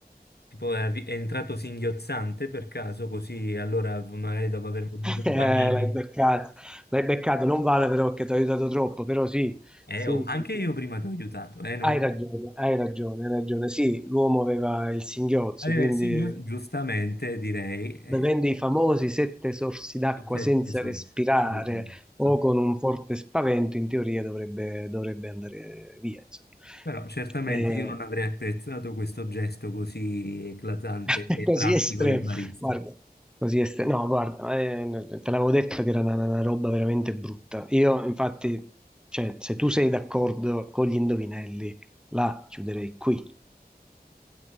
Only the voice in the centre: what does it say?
Eh,
l'hai beccato, l'hai beccato, non vale però che ti ha aiutato troppo, però sì,
sì,
sì, sì.
Hai ragione, hai ragione, hai ragione. Sì, l'uomo aveva il singhiozzo,
quindi
bevendo i famosi sette sorsi d'acqua
senza
respirare
o con un forte spavento, in teoria dovrebbe, dovrebbe andare via, insomma.
Eh,
<laughs>
così
estremo,
guarda, così estremo. No, guarda, eh, te l'avevo detto che era una, una roba veramente brutta. Io, infatti, cioè, se tu sei d'accordo con gli indovinelli, la chiuderei qui.